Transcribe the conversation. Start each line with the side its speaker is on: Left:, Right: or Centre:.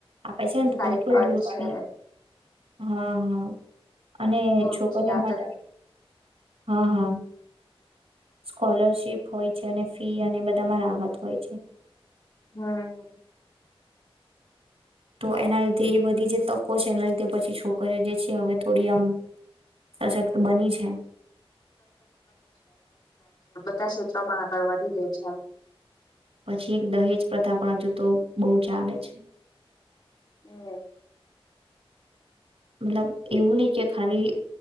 Right: આપે છે ને તો
Left: સાયકલ
Right: પેલું કેવું દુંરથી
Left: છે
Right: હા હા અને
Left: દૂરથી
Right: છોકરીઓ
Left: આવતા
Right: માટે હા હા સ્કોલરશિપ હોય છે ને ફી અને બધામાં રાહત હોય છે.
Left: હા.
Right: તો એના લીધે એ બધી જે તકો છે એના લીધે પછી છોકરી જે છે હવે થોડી આમ સશક્ત બની છે.
Left: તા ક્ષેત્રોમાં આગળ વધી રહી છે એમ.
Right: પછી એક દહેજ પ્રથા પણ હજુ તો બહુ ચાલે છે.
Left: હમ.
Right: મતલબ. એવું નઈ કે ખાલી